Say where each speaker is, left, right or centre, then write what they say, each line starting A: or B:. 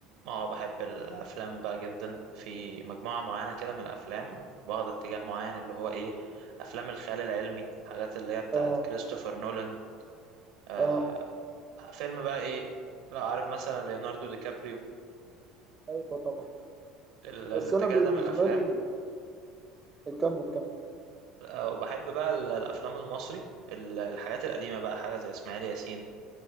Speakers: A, on the right (about 80°); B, on the right (about 20°).
A: اه بحب الافلام بقى جدا في مجموعه معينه كده من الافلام واخد اتجاه معين اللي هو ايه افلام الخيال العلمي حاجات اللي هي بتاعت
B: اه
A: كريستوفر نولان آه
B: اه
A: فيلم بقى ايه لو عارف مثلا ليوناردو دي كابريو
B: ايوه طبعا
A: ال- الاتجاه
B: بس انا بالنسبة
A: ده من الافلام
B: لي كمل كمل
A: آه، وبحب بقى ال- الافلام المصري ال- الحاجات القديمه بقى حاجه زي اسماعيل ياسين